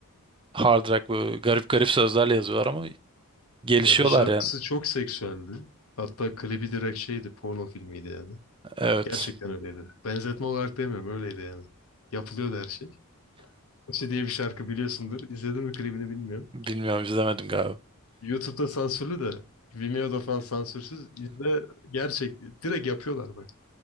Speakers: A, on the right; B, on the left.
A: hard rock böyle garip garip sözlerle yazıyorlar ama gelişiyorlar
B: Ya bir şarkısı
A: yani
B: çok seksüeldi. Hatta klibi direkt şeydi, porno filmiydi yani.
A: evet
B: Gerçekten öyleydi. Benzetme olarak demiyorum, öyleydi yani. Yapılıyordu her şey. İşte diye bir şarkı biliyorsundur. İzledin mi klibini bilmiyorum.
A: bilmiyorum izlemedim galiba
B: YouTube'da sansürlü de Vimeo'da falan sansürsüz. İzle gerçek direkt yapıyorlar bak.